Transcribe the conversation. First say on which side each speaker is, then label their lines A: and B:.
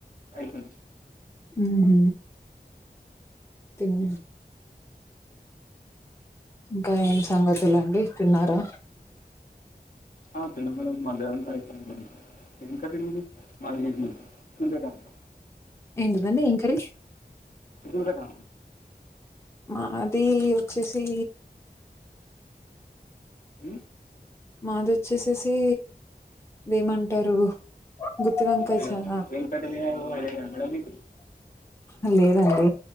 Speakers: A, on the left (about 50°); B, on the left (about 15°).
A: అయిపోయింది
B: మ్మ్హ. తిన్ ఇంకా ఏం సంగతులండి తిన్నారా
A: ఆ తినం మేడం మధ్యానం పైన్ తింటం ఏం కర్రీ మీది మాది ఎగ్ <unintelligible>
B: ఎందుకండీ ఏం కర్రీ
A: సి దగా
B: మాది వచ్చేసి
A: అ
B: మాదిచ్చేసేసి ఇదేమంటారు గుత్తి వంకాయ
A: అయ్యో
B: చ
A: దకాటి మ
B: అ లేదండి